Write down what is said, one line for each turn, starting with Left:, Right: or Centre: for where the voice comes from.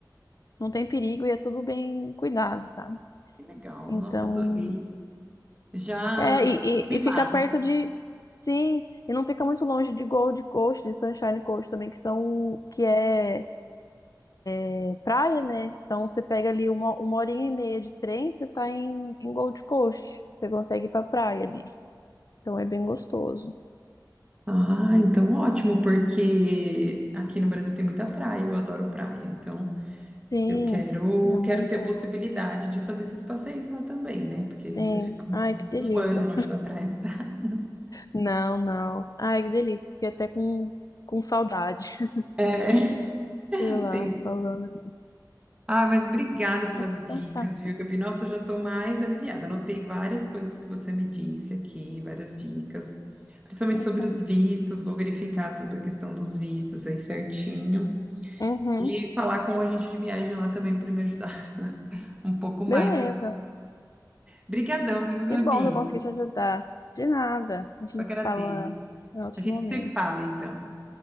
Left: não tem perigo e é tudo bem cuidado, sabe?
Right: Que legal.
Left: Então,
Right: Nossa, adorei. Já
Left: é, e,
Right: tô mimada.
Left: e, e fica perto de, sim, e não fica muito longe de Gold Coast, de Sunshine Coast também, que são, que é, é praia, né? Então você pega ali uma, uma horinha e meia de trem, você tá em, em Gold Coast. Você consegue ir pra praia ali. Então é bem gostoso.
Right: Ah, então ótimo, porque aqui no Brasil tem muita praia, eu adoro praia. Então,
Left: Sim,
Right: eu quero,
Left: é uma
Right: quero
Left: boa.
Right: ter possibilidade de fazer esses passeios lá também, né? Porque
Left: Sim.
Right: você fica um
Left: Ai, que delícia.
Right: um ano longe da praia. <laughs>
Left: Não, não. Ai, que delícia. Fiquei até com, com saudade. <laughs>
Right: É,
Left: Sei lá,
Right: tem.
Left: falando.
Right: Ah, mas obrigada pelas
Left: Mas
Right: dicas,
Left: Então tá.
Right: viu, Gabi? Nossa, eu já estou mais aliviada. Anotei várias coisas que você me disse aqui, várias dicas, principalmente
Left: Uhum.
Right: sobre os vistos. Vou verificar sobre a questão dos vistos aí certinho.
Left: Uhum.
Right: E falar com a gente de viagem lá também para me ajudar <laughs> um pouco mais.
Left: Beleza.
Right: sobre- Brigadão, viu, Gabi?
Left: Que bom que eu consegui te ajudar. De nada. A gente
Right: Eu agradeço.
Left: se fala em outro
Right: A gente
Left: momento.
Right: se fala então.